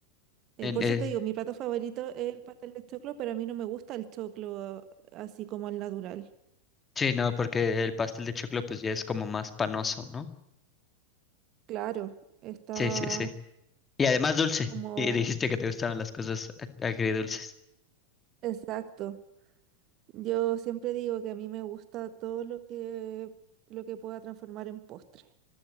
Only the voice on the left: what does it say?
En-
eh,
sí, no, porque el pastel de choclo pues ya es como más panoso, ¿no?
Sí, sí, sí. Y además dulce.
Y dijiste que te gustaban las cosas ag- agridulces.